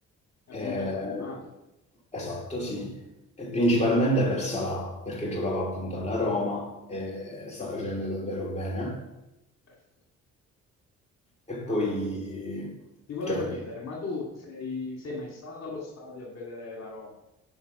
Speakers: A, on the left (about 60°); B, on the left (about 20°).
A: hai
B: Ehm
A: vinto il campionato?
B: esatto, sì. E principalmente per Salah, perché giocava appunto alla Roma e
A: Certo,
B: sta facendo davvero bene.
A: certo.
B: E
A: Ma
B: poi,
A: ti volevo
B: cioè,
A: chiedere, ma tu sei, sei mai stato allo stadio a vedere la Roma?